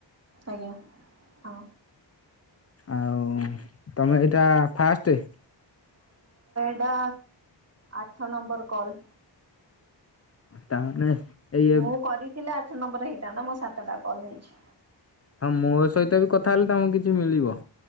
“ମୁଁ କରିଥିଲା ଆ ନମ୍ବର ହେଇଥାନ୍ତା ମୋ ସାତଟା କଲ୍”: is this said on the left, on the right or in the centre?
Right